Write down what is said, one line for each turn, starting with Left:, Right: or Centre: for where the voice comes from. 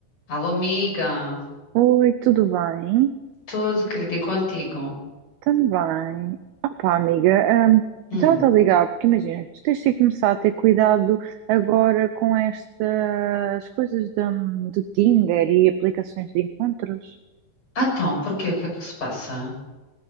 Left: Alô, amiga,
Right: Oi, tudo bem?
Left: tudo querido e contigo?
Right: Também. Opá, amiga, hum,
Left: Hum,
Right: eu estava a ligar, porque imagina, tu tens de começar a ter cuidado agora com estas coisas da- do Tinder e aplicações de encontros.
Left: então, porquê? O que é que se passa?